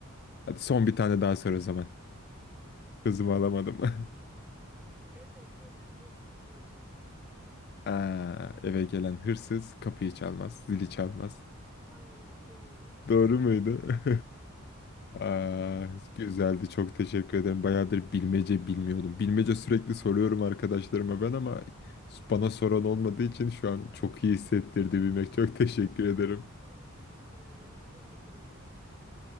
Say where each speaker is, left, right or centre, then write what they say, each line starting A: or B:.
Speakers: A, on the left; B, in the centre.
A: Hadi son bir tane daha sor o zaman. Kızımı alamadım.
B: İyi.
A: <laughs>
B: Eve gelen hırsız neyi çalmaz?
A: Aa, eve gelen hırsız kapıyı çalmaz, zili çalmaz.
B: Aynen doğru.
A: Doğru
B: <laughs>
A: muydu? <laughs>
B: Aynen.
A: Aa,
B: Güzeldi.
A: güzeldi. Çok teşekkür ederim. Bayağıdır bilmece bilmiyordum. Bilmece sürekli soruyorum arkadaşlarıma ben ama bana soran olmadığı için şu an çok
B: <laughs>
A: iyi hissettirdi bilmek. Çok teşekkür ederim.
B: İyi süper. Ben teşekkür ederim.